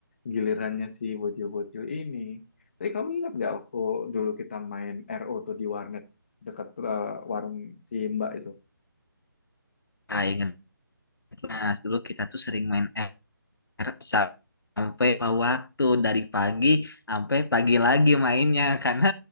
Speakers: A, on the left (about 30°); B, on the left (about 70°).
A: gilirannya si bocil-bocil ini tapi kamu ingat nggak waktu dulu kita main RO tuh di warnet dekat eh, warung si Mbak itu
B: Ah, ingat Mas, dulu kita tuh sering main Harap sampai waktu dari pagi sampai pagi lagi mainnya <laughs> karena